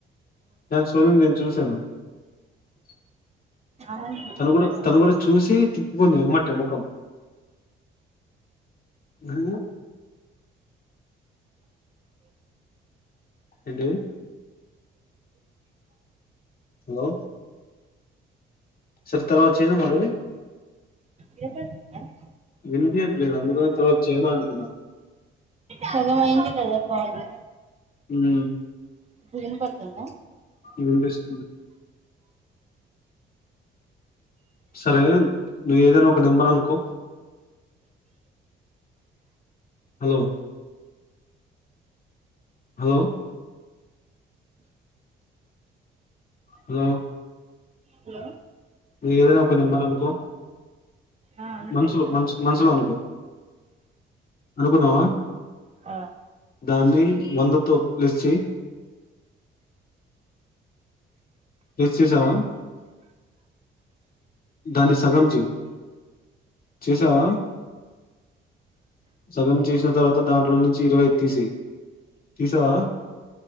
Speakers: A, on the left; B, on the right.
A: దని సోనీ ని నేను చూశాను. <unintelligible>
B: అవును చూశారు
A: తను కూడా తను కూడా చూసి తిప్పుకుంది ఏమ్మంటే ముఖం ఉ ఎంటి హలో సరే తర్వాత చేయనా మళ్లీ
B: చెప్తా
A: వినిపియ్యట్లే అందుకని తర్వాత చైనా అంటన్నా
B: సగం అయింది కదా కాల్
A: ఉ
B: ఇప్పుడు వినపడుతుందా
A: వినిపిస్తుంది సరే నువ్వు ఏదైనా ఒక నెంబర్ అనుకో హలో హలో హలో
B: హలో
A: ఏదన ఒక నంబర్ అనుకో
B: ఆ వినిపిస్తుంది
A: మన్సులో మన్స్ మన్సులో అనుకో అనుకున్నావా
B: ఆ
A: దాన్ని వంద తో ప్లస్ చెయ్ గెస్ చేసావా దాన్ని సగం చెయ్ చేసావా సగం చేసిన తర్వాత దాంట్లో నుంచి ఇరవై తీసెయ్ తీసావా